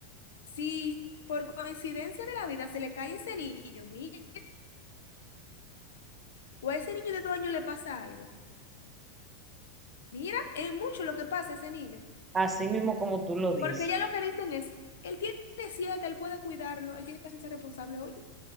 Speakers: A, on the left; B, on the right.
A: Si por coincidencia de la vida se le cae ese niño, mira, o a ese niño de 2 años le pasa algo. Mira, es mucho lo que pasa a ese niño.
B: así mismo como tú lo dices,
A: Porque ya lo que dicen es, él tiene 7 él puede cuidarlo, él tiene que hacerse responsable, oye.